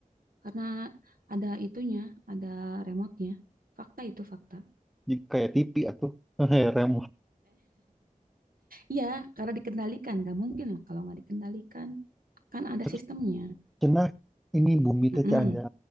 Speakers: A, on the right; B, in the centre.
A: karena ada itunya ada remote-nya fakta itu fakta
B: Jadi kayak TV atau <laughs> remote.
A: Iya, karena dikendalikan. Gak mungkin lah kalau nggak dikendalikan. Kan ada
B: Tapi
A: sistemnya.
B: karena ini bumi
A: Mm-mm.
B: teh Cak, ada